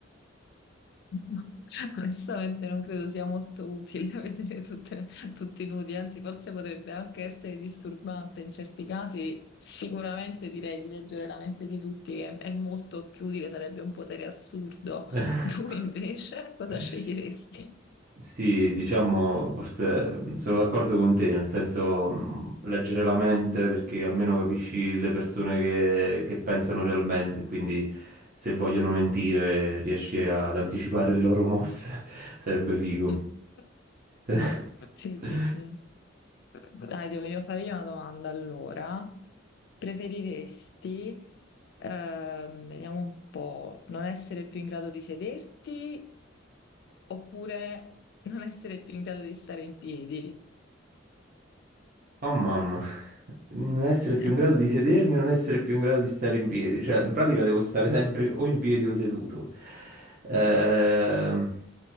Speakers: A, on the left; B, on the right.
A: No, <laughs> Onestamente non credo sia molto utile <laughs> vedere tutte le- tutti nudi, anzi forse potrebbe anche essere disturbante in certi casi. Sicuramente direi di leggere la mente di tutti, che è molto più utile, sarebbe un potere assurdo.
B: <laughs>
A: <laughs> Tu invece cosa sceglieresti?
B: Sì, diciamo, forse mh, sono d'accordo con te, nel senso mh, leggere la mente perché almeno capisci le persone che, che pensano realmente, quindi se vogliono mentire riesci ad anticipare le loro mosse, <laughs> sarebbe figo.
A: <laughs>
B: <laughs>
A: Sì, sì, sì. Dai, devo io fare io una domanda allora. Preferiresti, ehm, vediamo un po', non essere più in grado di sederti oppure non essere più in grado di stare in piedi?
B: Oh mamma, non
A: <laughs>
B: essere più in grado di sedermi e non essere più in grado di stare in piedi, cioè in pratica devo stare sempre o in piedi o seduto. Ehm